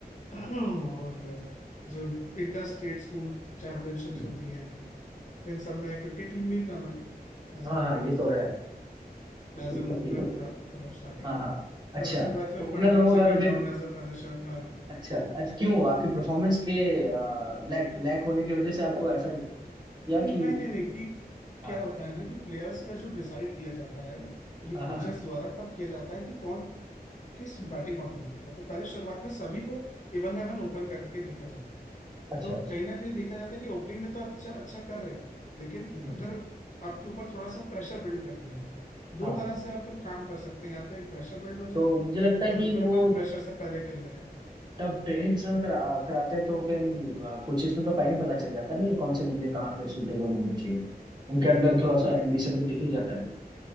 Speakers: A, on the left; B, on the right.
A: <clears throat> और जो इंटर स्टेट स्कूल चैंपियनशिप्स
B: हम्म,
A: होती हैं इन सब में क्रिकेट टीम में ही था मैं as
B: हाँ
A: uh
B: हाँ ये तो है
A: as
B: ठीक
A: an opener
B: है
A: <clears throat> था मतलब स्टार्टिंग
B: हाँ
A: में
B: हाँ अच्छा
A: फिर उसके बाद फिर
B: ओपनर
A: one down
B: लोगों
A: second
B: का तो फिर
A: down as uh finisher हाँ
B: अच्छा अच्छा क्यों आपकी परफॉर्मेंस के
A: वही
B: लैक लैक होने की वजह से आपको ऐसा या
A: नहीं
B: कि
A: नहीं नहीं कि
B: हाँ
A: क्या होता है ना कि प्लेयर्स का जो डिसाइड किया जाता है ये
B: हाँ हाँ
A: कोचेस द्वारा तब किया जाता है कि कौन किस बैटिंग ऑर्डर में खेलता है तो पहले शुरुआत में सभी को a one by one open करके देखा जाता है
B: अच्छा
A: तो
B: अच्छा
A: कहीं ना कहीं देखा जाता है कि ओपनिंग में तो आप अच्छा अच्छा कर रहे हो लेकिन
B: हम्म,
A: अगर आपके ऊपर थोड़ा सा प्रेशर बिल्ड कर दिया जाए दो
B: हाँ
A: तरह
B: हाँ
A: से अपन काम कर सकते हैं या तो एक प्रेशर बिल्ड हो जाए
B: तो मुझे लगता है
A: या
B: कि
A: तो फिर
B: वो
A: अपन प्रेशर से पहले कर
B: तब ट्रेनिंग सेशन करा, कराते हैं तो फिर कोचेस में तो पहले ही पता चल जाता है ना कि कौन से बंदे कहाँ पे सूटेबल होने चाहिए उनके अंदर थोड़ा सा एम्बिशन
A: लें
B: तो दिख ही जाता है